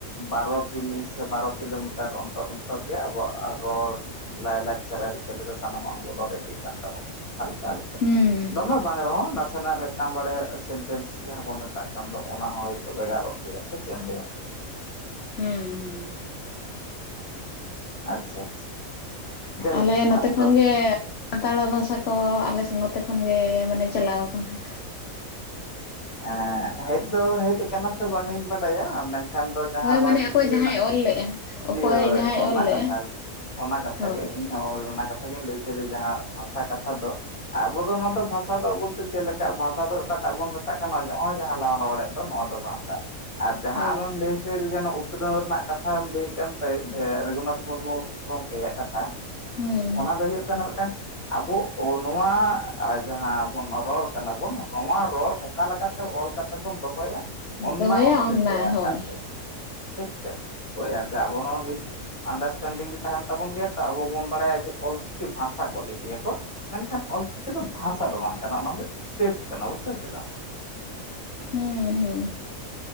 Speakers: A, on the left; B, on the left.
A: ᱵᱟᱨᱚ ᱠᱤᱢᱤ ᱥᱮ ᱵᱟᱨᱚ ᱠᱤᱞᱳᱢᱤᱴᱟᱨ ᱚᱱᱛᱚᱨ ᱚᱱᱛᱚᱨ ᱜᱮ ᱟᱵᱚᱣᱟᱜ ᱨᱚᱲ ᱞᱟᱭ ᱞᱟᱠᱪᱟᱨ ᱟᱹᱨᱤ ᱪᱟᱹᱞᱤ ᱫᱚ ᱥᱟᱱᱟᱢᱟᱜ ᱵᱚᱫᱚᱞ ᱤᱫᱤᱜ ᱠᱟᱱ ᱛᱟᱵᱚᱱᱟ ᱾ ᱦᱟᱞᱠᱟ ᱦᱟᱞᱠᱟ,
B: ᱦᱩᱸ ᱦᱩᱸ
A: ᱫᱚᱢᱮ ᱵᱟᱝ ᱨᱮᱦᱚᱸ ᱱᱟᱥᱮᱱᱟᱜ ᱢᱤᱫᱴᱟᱝ ᱵᱟᱲᱭᱟ ᱥᱮᱱᱴᱮᱱᱥ ᱡᱟᱦᱟᱸ ᱵᱚᱱ ᱢᱮ ᱛᱟᱜ ᱠᱟᱱ ᱫᱚ ᱚᱱᱟ ᱦᱚᱸ ᱦᱚᱭᱛᱳ ᱵᱷᱮᱜᱟᱨᱚᱜ ᱜᱮᱭᱟ, ᱥᱮ ᱪᱮᱜ ᱮᱢ ᱞᱟᱹᱭᱟ?
B: ᱦᱩᱸ ᱦᱩᱸ᱾
A: ᱟᱪᱪᱷᱟ ᱟᱪᱪᱷᱟ᱾ ᱡᱟᱭᱦᱳᱠ
B: ᱟᱞᱮ ᱱᱚᱛᱮ
A: ᱟᱫᱚ
B: ᱠᱷᱚᱱ ᱜᱮ ᱥᱟᱱᱛᱟᱲ ᱵᱷᱟᱥᱟ ᱠᱚ ᱟᱞᱮ ᱥᱮᱱ ᱱᱚᱛᱮ ᱠᱷᱚᱱ ᱜᱮ ᱢᱟᱱᱮ ᱪᱟᱞᱟᱣ ᱟᱠᱟᱱᱟ ᱾
A: ᱮᱸᱻ ᱦᱮᱡ ᱫᱚ ᱦᱮᱡ ᱟᱠᱟᱱᱟ ᱥᱮ ᱵᱟᱝ ᱤᱧ ᱵᱟᱰᱟᱭᱟ, ᱢᱮᱱᱠᱷᱟᱱ ᱫᱚ ᱡᱟᱦᱟᱸ
B: ᱦᱳᱭ
A: ᱱᱚᱶᱟ
B: ᱢᱟᱱᱮ
A: ᱪᱤᱠᱤ
B: ᱚᱠᱚᱭ
A: ᱨᱮᱱᱟᱜ
B: ᱡᱟᱦᱟᱸᱭ ᱚᱞ ᱞᱮᱫᱼᱟ
A: ᱠᱤᱼᱦᱳᱭ
B: ᱚᱠᱚᱭ ᱡᱟᱦᱟᱸᱭ
A: ᱚᱱᱟ
B: ᱚᱞ ᱞᱮᱫᱼᱟ
A: ᱠᱟᱛᱷᱟ ᱚᱱᱟ ᱠᱟᱛᱷᱟ
B: ᱦᱳᱭ
A: ᱜᱮ ᱦᱳᱭ ᱚᱱᱟ ᱠᱟᱛᱷᱟ ᱜᱤᱧ ᱞᱟᱹᱭ ᱦᱚᱪᱚᱭ ᱫᱟ, ᱡᱟᱦᱟᱸ ᱵᱷᱟᱥᱟ ᱠᱟᱛᱷᱟ ᱫᱚ ᱟᱵᱚ ᱫᱚ ᱱᱚᱣᱟ ᱫᱚ ᱵᱷᱟᱥᱟ ᱫᱚ ᱵᱚᱞᱛᱮ ᱪᱮᱫ ᱞᱮᱠᱟ ᱵᱷᱟᱥᱟ ᱫᱚ ᱚᱠᱟᱴᱟᱜ ᱵᱚᱱ ᱛᱟᱜ ᱠᱟᱱᱟ ᱱᱚᱜᱼᱚᱭ ᱡᱟᱦᱟᱸ ᱞᱟᱱ ᱨᱚᱲᱮᱫ ᱫᱚ ᱱᱚᱣᱟ ᱫᱚ ᱵᱷᱟᱥᱟ ᱟᱨ ᱡᱟᱦᱟᱸ
B: ᱦᱳᱭ
A: ᱟᱢᱮᱢ ᱞᱟᱹᱭ ᱦᱚᱪᱚᱭᱫᱟ ᱡᱮ ᱩ ᱩᱛᱱᱟᱹᱣ ᱨᱮᱱᱟᱜ ᱠᱟᱛᱷᱟᱢ ᱞᱟᱹᱭᱮᱫ ᱠᱟᱱ ᱛᱟᱦᱮᱸᱫ, ᱨᱟᱹᱜᱷᱩᱱᱟᱛᱷ ᱢᱩᱨᱢᱩ ᱜᱚᱢᱠᱮᱭᱟᱜ ᱠᱟᱛᱷᱟ᱾
B: ᱦᱩᱸ
A: ᱚᱱᱟ ᱫᱚ ᱦᱳᱭᱳᱜ ᱠᱟᱱᱟ ᱢᱤᱫᱴᱟᱝ ᱟᱵᱚ ᱱᱚᱶᱟ ᱡᱟᱦᱟᱸ ᱵᱚᱱ ᱨᱚᱲ ᱠᱟᱱᱟ ᱵᱚᱱ, ᱱᱚᱶᱟ ᱨᱚᱲ ᱚᱠᱟ ᱞᱮᱠᱟᱛᱮ ᱚᱞ ᱠᱟᱛᱮ ᱵᱚᱱ ᱫᱚᱦᱚᱭᱟ᱾
B: ᱦᱩᱸ
A: ᱚᱱᱱᱟ
B: ᱫᱚᱦᱚᱭᱟ
A: ᱩᱱᱤ ᱫᱚᱭ
B: ᱚᱱᱟ
A: ᱛᱮᱭᱟᱨ
B: ᱦᱳᱭ
A: ᱠᱟᱫ ᱛᱟᱭᱟ, ᱴᱷᱤᱠ ᱥᱮ ᱦᱳᱭ ᱡᱟᱛᱮ ᱟᱵᱚ ᱱᱚᱶᱟ ᱢᱤᱥ ᱟᱱᱰᱟᱨᱥᱴᱮᱱᱰᱤᱝ ᱛᱟᱦᱮᱱ ᱛᱟᱵᱚᱱ ᱜᱮᱭᱟ ᱛᱚ, ᱟᱵᱚ ᱵᱚᱱ ᱵᱟᱲᱟᱭᱟ ᱡᱮ ᱚᱞᱪᱤᱠᱤ ᱵᱷᱟᱥᱟ ᱠᱚ ᱞᱟᱹᱭ ᱜᱮᱭᱟ ᱠᱚ᱾ ᱢᱮᱱᱠᱷᱟᱱ ᱚᱞᱪᱤᱠᱤ ᱫᱚ ᱵᱷᱟᱥᱟ ᱫᱚ ᱵᱟᱝ ᱠᱟᱱᱟ, ᱚᱱᱟ ᱫᱚ ᱥᱠᱨᱮᱯᱴ ᱠᱟᱱᱟ ᱵᱩᱡᱷᱟᱹᱣ ᱠᱮᱫᱟᱢ᱾
B: ᱦᱩᱸ ᱦᱩᱸ ᱾